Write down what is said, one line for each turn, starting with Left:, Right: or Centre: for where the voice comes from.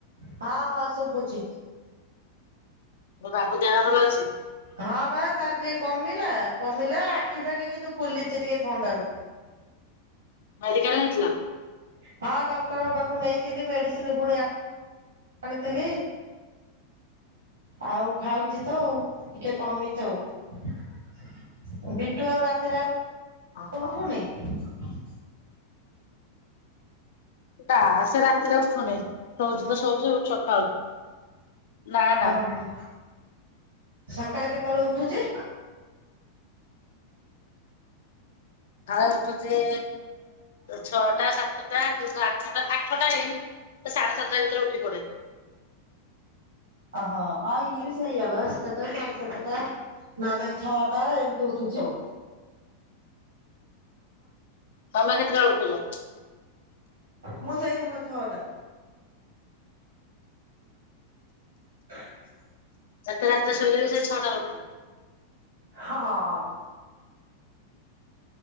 Right: ହଁ ହଁ ଶୁଭୁଛିି।
Left: ମୋ ବାବୁ ଦେହ ଭଲ ଅଛି।
Right: ହଁ ବା ତାର ଟିକେ କମିଲା କମିଲା ଆଖି ଫାଖି କିନ୍ତୁ ଫୁଲିଛି ଟିକେ ଥଣ୍ଡାରୁ।
Left: ମେଡିକାଲ ନେଇଥିଲ।
Right: ହଁ ଡକ୍ଟରଙ୍କ ପାଖକୁ ନେଇଥିଲି ମେଡିସିନ ପୁଣି ଆଣିଥିଲି ଆଉ ଖାଉଛି ତ ଟିକେ କମିଛି ଆଉ। ବିଟୁ ଆଉ ରାତିରେ ଆଉ
Left: ଓହୋ
Right: ଉଠୁ ନାହିଁ <inaudible>
Left: ନା ସେ ରାତିରେ ଉଠୁନି ଶୋଉଛି ତ ଶୋଉଛି ଉଠୁଛି ସକାଳୁ। ନା ନା
Right: ଓ ହୋ। ସକାଳେ କେତେବେଳେ ଉଠୁଛି?
Left: ଆଉ ଉଠୁଛି ଛଅଟା ସାତଟା ଆଠଟା ଆଠଟା ହେଇନି ସାଢେ ସାତଟା ଭିତରେ ଉଠି ପଡେ।
Right: ଓହୋ ଆଉ ଇଏ ବି ସେୟାପା ସାତଟା ସାଢେ ସାତଟା ନହେଲେ ଛଅଟା ଏମିତି ଉଠୁଛି ଆଉ।
Left: ତମେ କେତେବେଳେ ଉଠୁଛ?
Right: ମୁଁ ସେଇ ସାଢେ ଛଅଟା <unintelligible>
Left: ଯେତେ ରାତିରେ ଶୋଇଲେବି ସେ ଛଅଟାରେ ଉଠୁଛ।
Right: ହଁ।